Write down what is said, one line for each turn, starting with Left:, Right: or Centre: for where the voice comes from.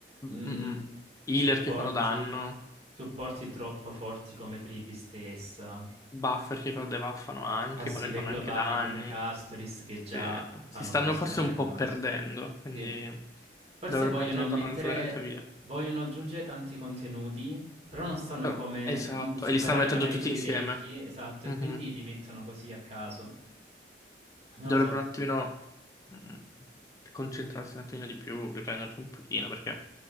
Right: mm,
Left: Mm-mm. Healer
Right: supporti,
Left: che fanno danno,
Right: supporti troppo forti come Tribi stessa,
Left: buffer che però debuffano anche,
Right: passive
Left: magari fanno
Right: globali
Left: anche danni.
Right: come Castoris che già
Left: Sì,
Right: fanno
Left: Si stanno
Right: un po' storcere
Left: forse un po'
Right: il naso.
Left: perdendo, quindi
Right: Sì. Forse
Left: dovrebbero
Right: vogliono
Left: un attimo
Right: ammettere,
Left: tornare sulla retta via.
Right: vogliono aggiungere tanti contenuti, però non sanno
Left: Però,
Right: come
Left: esatto,
Right: mh, superare
Left: e li stanno mettendo
Right: magari
Left: tutti
Right: quelli
Left: insieme.
Right: vecchi, esatto,
Left: Mhm.
Right: e quindi li mettono così a caso. Non
Left: Dovrebbero
Right: lo so,
Left: un attimino mm, concentrarsi un attimino di più, riprendersi un pochino, perché